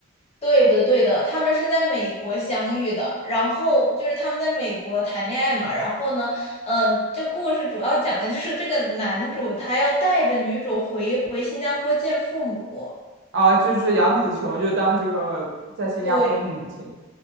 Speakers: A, on the left; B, on the right.
A: 对的，对的，他们是在美国相遇的，然后就是他们在美国谈恋爱嘛，然后呢，嗯、这故事主要讲的就是这个男主他要带着女主回回新加坡见父母。
B: 啊，就是杨紫琼就当这个在新加坡的母亲
A: 对，